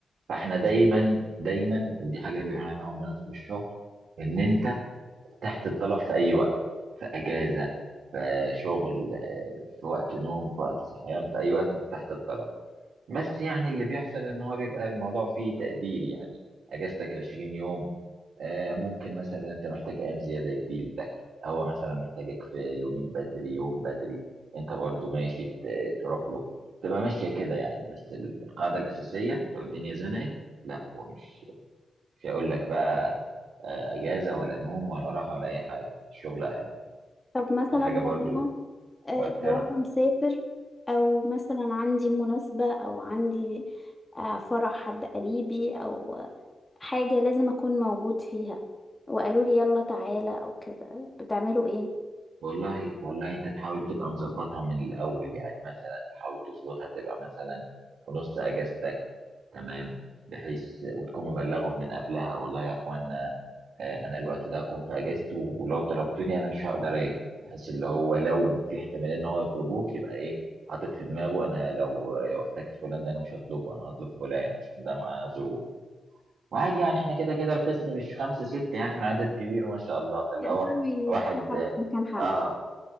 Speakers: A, on the right (about 75°); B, on the left (about 20°).
A: فاحنا دايما دايما ودي حاجة بيقولها لنا أول ما ندخل الشغل إن أنت تحت الطلب في أي وقت في أجازة في شغل آه، في وقت نوم في وقت صحيان في أي وقت أنت تحت الطلب بس يعني اللي بيحصل إن هو بيبقى الموضوع فيه تقدير يعني أجازتك 20 يوم آه، ممكن مثلا انت محتاج ايام زياده يديلك هو مثلا محتاجك في يومين بدري يوم بدري انت برضو ماشي ت- تروح له تبقى ماشيه كده يعني بس ال- القاعده الاساسيه لو الدنيا زنقت لا هو مش مش هيقول لك بقى آه، اجازه ولا نوم ولا راحه ولا اي حاجه الشغل اهم
B: طب مثلا
A: دي حاجه برضو
B: لو انا آه
A: مؤثره
B: لو انا مسافر او مثلا عندي مناسبة او عندي آه، فرح حد قريبي او حاجة لازم أكون موجود فيها وقالوا لي يلا تعالى أو كده بتعملوا إيه
A: والله والله انت تحاول تبقى مظبطها من الاول يعني مثلا تحاول تظبطها تبقى مثلا في نص اجازتك تمام بحيث وتكون مبلغهم من قبلها والله يا اخوانا آه، انا الوقت ده هكون في اجازتي ولو طلبتوني انا مش هقدر اجي بحيث اللي هو لو في احتماليه ان هو يطلبوك يبقى ايه حاطط في دماغه انا لو لو احتجت فلان ده انا مش هطلبه انا هطلب فلان عشان ده معاه ظروف وعادي يعني احنا كده كده القسم مش خمسه سته يعني احنا عدد كبير ما شاء الله فاللي
B: يقدروا
A: هو
B: يجيبوا
A: واحد
B: حد مكان حد
A: اه